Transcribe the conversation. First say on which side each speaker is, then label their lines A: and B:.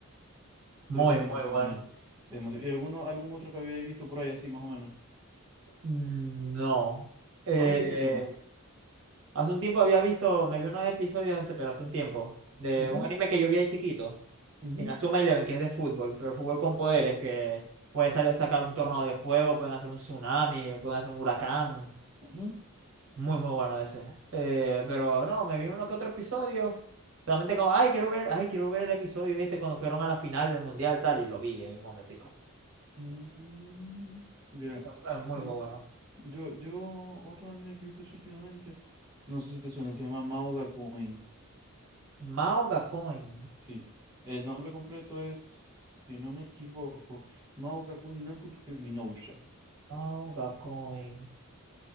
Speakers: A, on the right; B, on the right.
A: muy,
B: es, es demasiado
A: muy bueno.
B: genial. Es demasiado- ¿Y alguno, algún otro que había visto por ahí así, más o menos?
A: Mm, No. Eh,
B: No he visto alguno.
A: hace un tiempo había visto, me vi unos episodios hace, pero hace un tiempo, de
B: Ujú,
A: un anime que yo vi ahí chiquito,
B: ujú,
A: Inazuma Eleven, que es de fútbol, pero fútbol con poderes, que puede salir, sacar un tornado de fuego, pueden hacer un tsunami, pueden hacer un huracán.
B: ujú.
A: Muy, muy bueno ese. Eh, pero no, me vi uno que otro episodio. Solamente como, ay, quiero ver, ay, quiero ver el episodio este cuando fueron a la final del mundial, tal, y lo vi en un momentico.
B: Mm, ya.
A: Eh, Muy,
B: Mm,
A: muy bueno.
B: Yo, yo, otro anime que he visto así últimamente, no sé si te suena, se llama Mauga Queen.
A: Mao Gacoin.
B: Sí, el nombre completo es, si no me equivoco, Mauga Queen no Futuke Minousha.
A: Mao Gacoin.